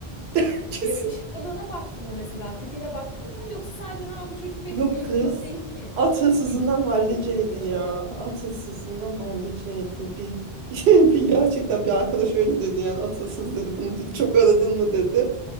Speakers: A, on the right; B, on the left.
A: <laughs> Kesin.
B: yakışıklılığına baktın mı mesela, tipine baktın mı? Yoksa sadece ha bu çocuk beni
A: Yok
B: güldürüyor
A: kız.
B: deyip mi
A: At hırsızından
B: ilişkiden
A: halliceydi
B: yaşadın?
A: ya. At hırsızından halliceydi. Bir, <laughs> bir gerçekten bir arkadaş öyle dedi yani at hırsız dedi. Bunu dedi çok aradın mı dedi.